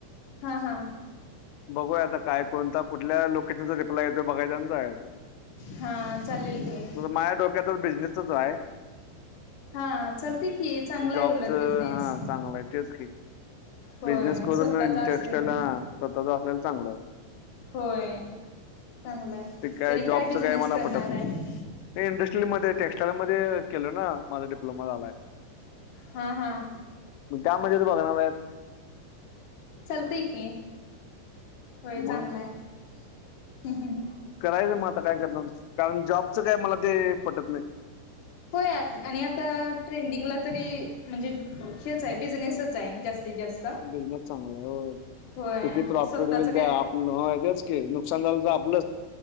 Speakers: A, on the left; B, on the left.
A: हा हा
B: बघूया आता काय कोणता कुठल्या लोकेशनचा रिप्लाय येतो बघायचा आणि जायाचं
A: हा चालेल की
B: माह्या डोक्यातच बिझनेसच आहे
A: हा चालते की चांगला
B: जॉबच
A: आहे उलट
B: हा
A: बिझनेस
B: चांगलं आहे तेच कि
A: होय
B: बिजनेस करून
A: स्वतःचा असलेला
B: टेक्स्टाईल हा स्वतःचा असल्याला चांगलं ये
A: होय चांगला आहे.
B: ते काय
A: तरी
B: जॉबच
A: बिझनेस
B: काय मला
A: करणार
B: पटत नाई
A: आहे
B: ते इंडस्ट्रील मध्ये टेक्स्टाईल मध्ये केल ना माझं डिप्लो झालाय
A: हा हा
B: म त्यामध्येच बघणार आहेत
A: चालतय की होय
B: मग
A: चांगलाय हम् ह् ह्
B: करायचं मग आता काय करणार कारण जॉबचं काय मला ते पटत नाही
A: होय आणि आता ट्रेंडिंगला तरी म्हणजे हेच आहे बिझनेसच आहे जास्तीत जास्त
B: बिझनेस चांगला आहे हो
A: होय
B: किती प्रॉफिट
A: स्वतःच
B: होईल ते
A: काय
B: आप ह तेच की नुकसान झालं तर आपलंच